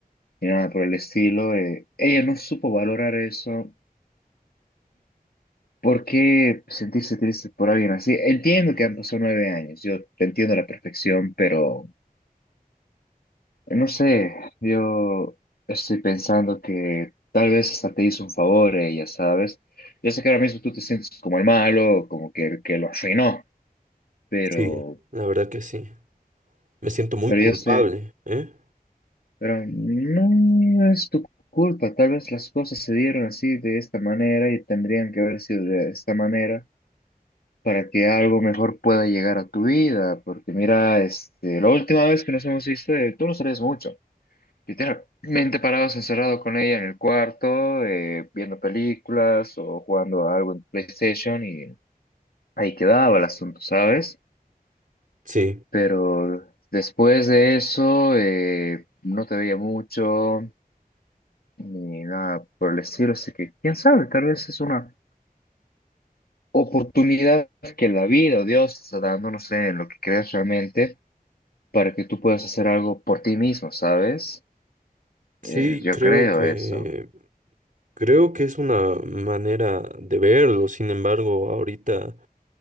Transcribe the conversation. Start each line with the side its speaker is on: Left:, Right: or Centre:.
Left: ni nada por el estilo. eh, ella no supo valorar eso. ¿Por qué sentirse triste por alguien así? Entiendo que han pasado nueve años, yo te entiendo a la perfección, pero no sé, yo estoy pensando que tal vez hasta te hizo un favor ella, ¿sabes? Yo sé que ahora mismo tú te sientes como el malo, como que el que lo arruinó, pero,
Right: Sí, la verdad que sí. Me siento muy
Left: pero
Right: culpable,
Left: yo sé.
Right: ¿eh?
Left: Pero no es tu culpa, tal vez las cosas se dieron así de esta manera y tendrían que haber sido de esta manera para que algo mejor pueda llegar a tu vida, porque mira, este, la última vez que nos hemos visto, eh, tú no sabes mucho, literalmente parados encerrado con ella en el cuarto, eh, viendo películas o jugando a algo en PlayStation y ahí quedaba el asunto, ¿sabes?
Right: Sí,
Left: Pero después de eso, eh, no te veía mucho. ni nada por el estilo. Así que, quién sabe, tal vez es una oportunidad que la vida o Dios te está dando, no sé, en lo que crees realmente, para que tú puedas hacer algo por ti mismo, ¿sabes?
Right: sí,
Left: Eh, yo
Right: creo
Left: creo
Right: que
Left: eso.
Right: creo que es una manera de verlo. Sin embargo, ahorita